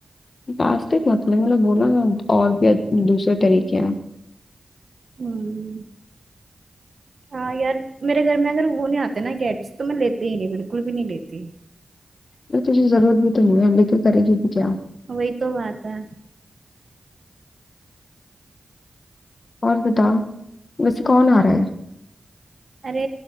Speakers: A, on the left; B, on the right.
A: प्लास्टिक मत ले मैंने बोला ना और भी दूसरे तरीके हैं
B: हम्म हाँ यार मेरे घर में अगर वो नहीं आते ना कैट्स तो मैं लेती ही नहीं बिल्कुल भी नहीं लेती
A: यार तुझे जरूरत भी तो नहीं है लेके करेगी भी क्या
B: वही तो बात है
A: और बता वैसे कौन आ रहा है
B: अरे